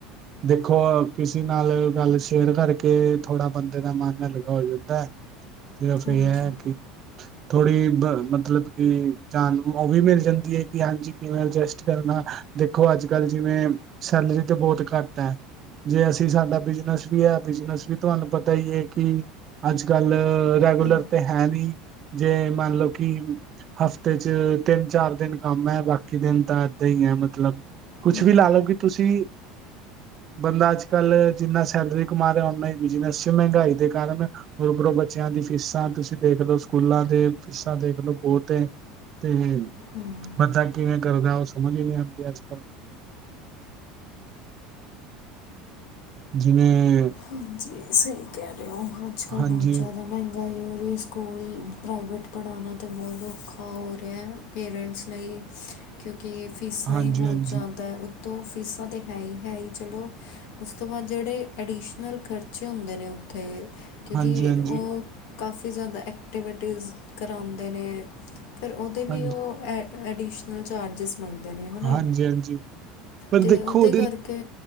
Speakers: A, on the right (about 30°); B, on the left (about 70°).
A: ਦੇਖੋ ਕਿਸੇ ਨਾਲ ਗੱਲ ਸ਼ੇਅਰ ਕਰਕੇ ਥੋੜਾ ਬੰਦੇ ਦਾ ਮਨ ਹਲਕਾ ਹੋ ਜਾਂਦਾ ਐ। ਸਿਰਫ਼
B: ਹਾਂਜੀ
A: ਏ ਐ ਕਿ ਥੋੜ੍ਹੀ ਮਤਲਬ ਕੀ ਜਾਨ ਓ ਵੀ ਮਿਲ ਜਾਂਦੀ ਏ ਕਿ ਹਾਂਜੀ ਕਿਵੇਂ ਅਜਸਟ ਕਰਨਾ। ਦੇਖੋ ਅੱਜ ਕੱਲ ਜਿਵੇਂ ਸੈਲਰੀ ਤੇ ਬੋਤ ਘੱਟ ਐ। ਜੇ ਅਸੀਂ ਸਾਡਾ ਬਿਜ- ਵੀ ਐ ਬਿਜਨਸ ਵੀ ਤੁਆਨੂੰ ਪਤਾ ਈ ਐ ਕੀ- ਅੱਜ ਕੱਲ ਰੈਗੂਲਰ
B: ਹੂੰ
A: ਤੇ ਹੈ ਨੀ ਜੇ ਮੰਨ ਲਓ ਕੀ- ਹਫ਼ਤੇ 'ਚ ਤਿੰਨ ਚਾਰ ਦਿਨ ਕੰਮ ਐ। ਬਾਕੀ ਦਿਨ ਤਾਂ ਏਦਾਂ ਈ ਐ। ਮਤਲਬ ਕੁਛ
B: ਹੂੰ
A: ਵੀ ਲਾ ਲਓ ਕੀ ਤੁਸੀਂ ਬੰਦਾ ਅੱਜ ਕੱਲ ਜਿੰਨਾ- ਸੈਲਰੀ ਕਮਾ ਰਿਆ ਓਨਾ ਈ ਬਿਜਨਸ 'ਚ ਮੈਗਾਈ ਦੇ ਕਾਰਨ- ਹੋਰ ਓਧਰੋਂ ਬੱਚਿਆਂ ਦੀ ਫੀਸਾਂ ਤੁਸੀਂ ਦੇਖ ਲਓ ਸਕੂਲਾਂ ਦੇ ਫੀਸਾਂ ਦੇਖ ਲੋ ਬੋਤ ਏ। ਹੂੰ
B: ਹੂੰ
A: -ਬੰਦਾ ਕਿਵੇਂ ਕਰਦਾ ਓ ਸਮਝ ਈ ਨੀ ਆਂਦੀ ਅੱਜਕੱਲ। ਜਿਵੇੇ
B: ਹਾਂਜੀ ਸਈ ਕਹਿ ਰੇ ਓ ਅੱਜ ਕੱਲ
A: ਹਾਂਜੀ
B: ਬੋਤ ਜ਼ਾਦਾ ਮੈਂਗਾਈ ਹੋ ਰੀ। ਸਕੂਲ ਪ੍ਰਾਈਵੇਟ- ਪੜ੍ਹਾਣਾ ਤੇ ਬੋਤ ਔਖਾ ਹੋ ਰਿਆ ਪੇਰੈਂਟਸ ਲਈ ਕਿਉਂਕਿ- ਫੀਸਾਂ
A: ਹਾਂਜੀ
B: ਈ ਬੋਤ
A: ਹਾਂਜੀ
B: ਜ਼ਾਦਾ- ਤੋਂ ਫੀਸਾਂ ਤਾਂ ਹੈ ਹੀ ਹੈ ਹੀ ਚਲੋ। ਉਸ ਤੋਂ ਬਾਦ ਜੇੜੇ ਐਡੀਸ਼ਨ ਨਾਲ ਖਰਚੇ ਹੁੰਦੇ ਨੇ ਓਥੇ, ਕਿਉਂਕਿ
A: ਹਾਂਜੀ ਹਾਂਜੀ
B: ਓ ਕਾਫੀ ਜ਼ਿਆਦਾ ਐਕਟੀਵਿਟੀਜ਼ ਕਰਾਂਦੇ ਨੇ, ਫੇਰ ਓਦੇ
A: ਹਾਂਜੀ
B: ਵੀ ਓ ਐ ਐਡੀਸ਼ਨਲ ਚਾਰਜਿਸ ਮੰਗਦੇ ਨੇ ਹਨਾ,
A: ਹਾਂਜੀ ਹਾਂਜੀ ਪਰ
B: ਤੇ
A: ਦੇਖੋ
B: ਓਦੇ ਕਰਕੇ